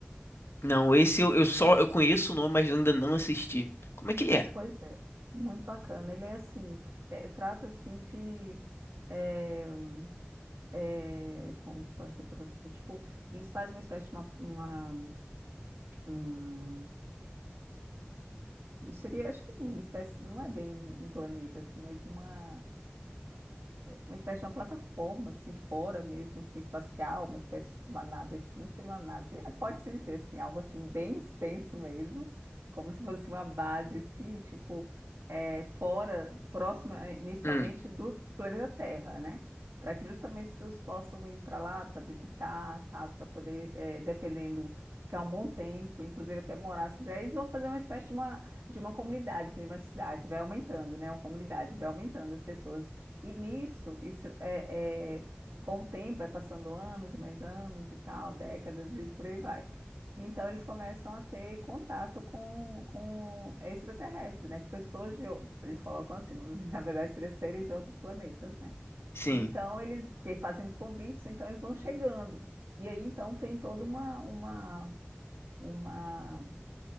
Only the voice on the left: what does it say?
Não, esse eu, eu só eu conheço o nome, mas ainda não assisti. Como é que ele é?
Hum,
sim.